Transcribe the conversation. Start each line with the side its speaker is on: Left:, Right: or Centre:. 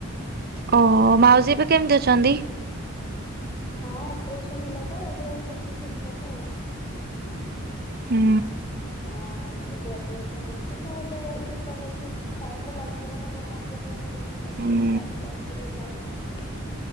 Right: ଓହୋ ମାଉସୀ ଏବେ କେମିତି ଅଛନ୍ତି?
Left: ହଁ ଅପରେସନ ହେଲା ତ ଏବେ ସେମିତି ଠିକ ଠାକ ଆଉ। ମାନେ
Right: ହୁଁ
Left: ଅଁ। ହଁ ଏବେ ଅପରେସନ ହେଇଛି ତ ଏବେ ଠିକ ଠାକ ଅଛି ଟାଇମ ତ ଲାଗିବ ନା କାହିଁକି ନା ଅପରେସନ ହେଇ ତ ସେଥିପାଇଁ
Right: ହୁଁ
Left: ଟାଇମ ଲାଗିବ ଜଏଣ୍ଟ ହେବା ପାଇଁ।